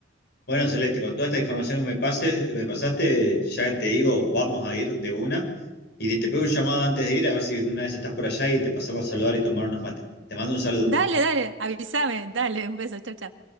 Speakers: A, on the left; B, on the right.
A: Bueno, Celeste, con toda esta información que me pases, me pasaste, ya te digo, vamos a ir de una. Y te te pego un llamado antes de ir, a ver si en una vez estás por allá y te pasamos a saludar y tomar unos mates. Te mando un saludo.
B: Dale, dale, avísame, dale, un beso, chao, chao.